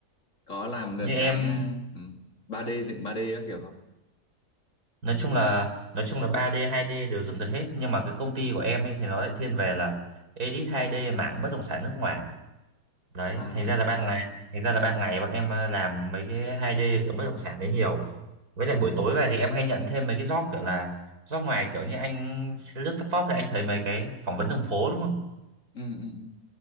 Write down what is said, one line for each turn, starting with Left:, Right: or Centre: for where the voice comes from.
Left: có làm được
Right: như em
Left: cái ờ, ừ, 3D dựng ba d các kiểu không
Right: nói chung là nói chung là 3D 2D đều dựng được hết nhưng mà cái công ty của em ấy thì nó lại thiên về là edit 2D mảng bất động sản nước ngoài đấy
Left: à
Right: thành ra là ban ngày thành ra là ban ngày bọn em ờ, làm mấy cái hai d kiểu bất động sản đấy nhiều với lại buổi tối về thì em hay nhận thêm mấy cái job kiểu llà job ngoài kiểu như anh lướt laptop thì anh thấy mấy cái phỏng vấn đường phố đúng không
Left: ừ, ừ, ừ.